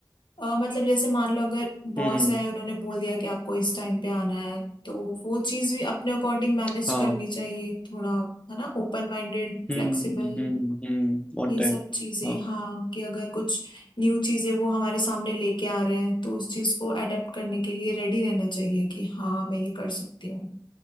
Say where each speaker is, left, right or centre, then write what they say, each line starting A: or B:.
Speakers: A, on the left; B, on the left.
A: अ, मतलब जैसे मान लो अगर बॉस
B: हम्म हम्म
A: है उन्होंने बोल दिया कि आपको इस टाइम पे आना है तो वो चीज भी अपने अकॉर्डिंग मैनेज
B: हाँ
A: करनी चाहिए थोड़ा है ना ओपन माइंडेड
B: हम्म
A: फ्लेक्सिबल
B: हम्म हम्म ऑन
A: ये
B: टाइम
A: सब चीजें
B: हाँ
A: हाँ कि अगर कुछ न्यू चीजें वो हमारे सामने लेके आ रहे हैं तो उस चीज को अडेप्ट करने के लिए रेडी रहना चाहिए कि हाँ मैं ये कर सकती हूँ